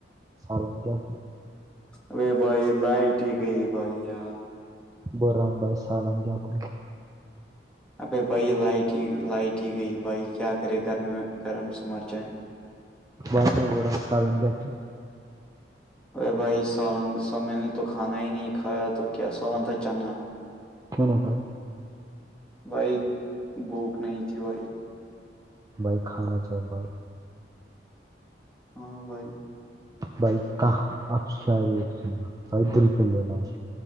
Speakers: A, on the right (about 20°); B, in the centre.
A: سرن کیا
B: اے بھائی لائٹ ہی گئی بھائی یار
A: برام بائی سالم ج تھ
B: ابے بھائی لائٹ ہی لائٹ ہی گئی بھائی کیا کرے گرمی گرم سے مر جائیں گے
A: بات میں ب رہا سالن کیا تھ
B: ارے بھائی س سامل نے تو کھانا ہی نہیں کھایا تو کیا سولن تھا چنا
A: کناا سائی
B: بھائی بوک نہیں تھی بھائی
A: بائک کھانا چاہ بائک <inaudible>
B: ہاں بھائی
A: بھائی کا اب شارینا بھائی دک دینا <inaudible>